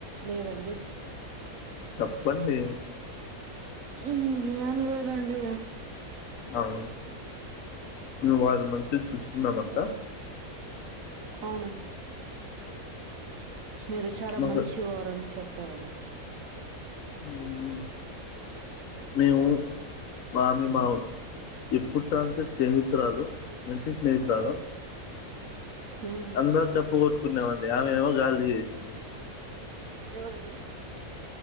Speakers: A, on the right; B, on the left.
A: లేదండి
B: చెప్పండి
A: అ ఇంగేమ్ లేదండి
B: అవు నువ్వు వాళ్ళని మంచి చూసుకుందమంట
A: అవునం మీరు చాలా
B: మా
A: మంచి వారని చెప్పారండి
B: ఉమ్ మేము మామి మా ఇప్పుట్టాంచ స్నేహితురాలు ఇంటి స్నేహితురాలు
A: ఉమ్
B: అందరు డప్పు కొట్టుకునేవాళ్ళే ఆమె ఏమో గాలి తీచేసింది
A: ఎవరండి